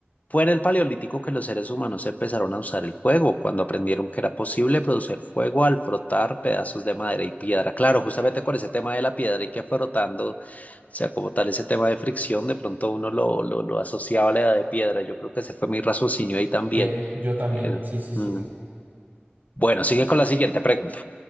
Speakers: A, on the left; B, on the right.
A: fue en el paleolítico que los seres humanos empezaron a usar el fuego, cuando aprendieron que era posible producir fuego al frotar pedazos de madera y piedra. Claro, justamente con ese tema de la piedra y que frotando, o sea, como tal ese tema de fricción, de pronto uno lo, lo, lo asociaba a la edad de piedra. Yo creo que ese fue mi raciocinio ahí también.
B: Sí, yo también.
A: Pero,
B: Sí, sí, sí.
A: mm. Bueno, sigue con la siguiente pregunta.